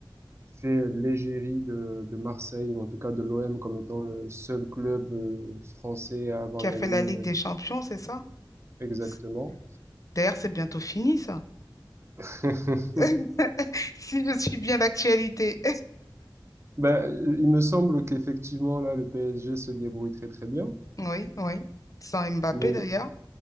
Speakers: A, on the right; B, on the left.
A: fait l'égérie de, de Marseille, ou en tout cas de l'OM, comme étant le seul club euh, français à avoir
B: Qui a
A: gagné
B: fait la Ligue
A: euh,
B: des Champions, c'est ça?
A: exactement.
B: C- D'ailleurs, c'est bientôt fini, ça.
A: <laughs>
B: <laughs> Si je suis bien d'actualité.
A: Ben, il me semble qu'effectivement, là, le PSG se débrouille très très bien.
B: Oui, oui. sans Mbappé
A: Mais
B: d'ailleurs.